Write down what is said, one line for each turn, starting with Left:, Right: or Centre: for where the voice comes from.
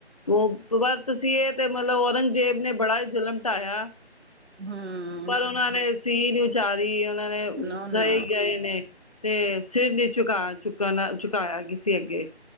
Left: ਉਹ ਪਰ ਤੁਸੀਂ ਇਹ ਤੇ ਮਤਲਬ ਔਰੰਗਜ਼ੇਬ ਨੇ ਬੜਾ ਹੀ ਜਲਮ ਢਾਇਆ।
Right: ਹਮ
Left: ਪਰ ਉਹਨਾਂ ਨੇ ਸੀ ਨ ਉਚਾਰੀ ਉਹਨਾਂ ਨੇ
Right: ਨਾ ਨਾ
Left: ਸਈ ਗਏ ਨੇ। ਤੇ ਸਿਰ ਨ੍ਹੀਂ ਚੁਕਾ ਚੁਕਣਾ ਚੁਕਾਇਆ ਕਿਸੇ ਅੱਗੇ।